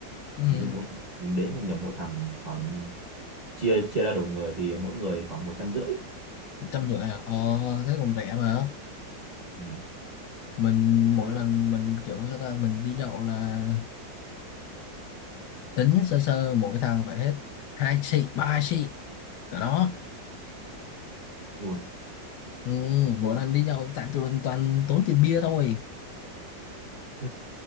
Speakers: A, on the left (about 75°); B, on the right (about 35°).
A: Ừ.
B: như mỗi mình đến một nhóm mỗi thằng khoảng chia chia ra đầu người thì mỗi người khoảng một trăm rưỡi
A: Trăm rưỡi à? Ờ, thế còn rẻ mà.
B: ừ.
A: Mình
B: đó
A: mỗi lần mình kiểu sao ta, mình đi nhậu là tính sơ sơ mỗi thằng phải hết hai xị, ba xị. Cả đó.
B: ui
A: Ừ, mỗi
B: xong
A: lần đi nhậu tại tụi mình toàn tốn tiền bia thôi.
B: <laughs>